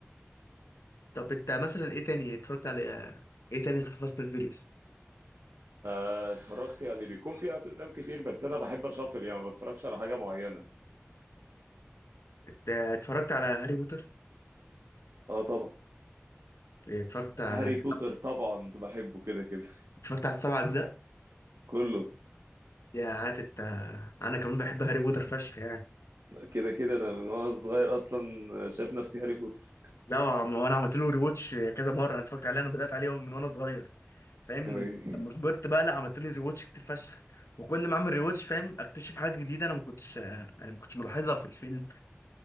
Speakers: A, on the left (about 85°); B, on the right (about 85°).
A: طب انت مثلا ايه تاني اتفرجت على ايه تاني غير فاست اند فيريوس
B: آه، اتفرجت يعني بيكون في افلام كتير بس انا بحب اشفل يعني ما بتفرجش على حاجه معينه
A: اتفرجت على هاري بوتر
B: اه طبعا
A: اتفرجت على
B: هاري
A: السبع-
B: بوتر طبعا ده بحبه كده كده
A: اتفرجت على السبع اجزاء
B: كله
A: يا هات انت انا كمان بحب هاري بوتر فشخ يعني
B: كده كده انا من وانا صغير اصلا شايف نفسي هاري بوتر
A: لا هو انا عملت له ريواتش كذا مره انا اتفرجت عليه انا بدات عليه من وانا صغير فاهم من
B: أي.
A: لما كبرت بقى لا عملت له ريواتش كتير فشخ وكل ما اعمل ريواتش فاهم اكتشف حاجه جديده انا ما كنتش انا ما كنتش ملاحظها في الفيلم